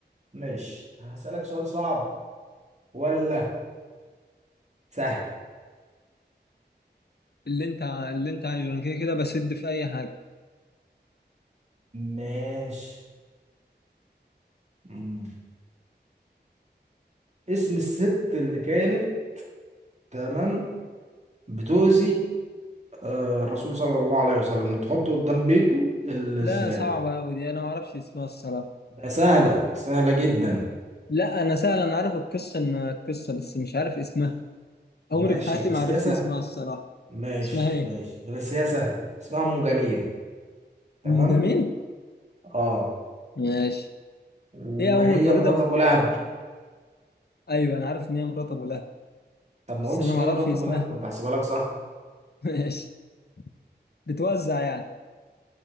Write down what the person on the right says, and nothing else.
ماشي هسألك سؤال صعب ولا سهل
ماشي مم. اسم الست اللي كانت تمام بتؤذي آه، الرسول صلى الله عليه وسلم وتحطه قدام بيته الزبالة
ده سهلة سهلة جدا
ماشي
بس
هي سهلة
ماشي
ماشي بس هي سهلة اسمها أم جميل تمام
اه
وهي
مرات أبو
لهب
طب ما
قلتش
ليه
مرات
أبو لهب كنت هحسبها لك صح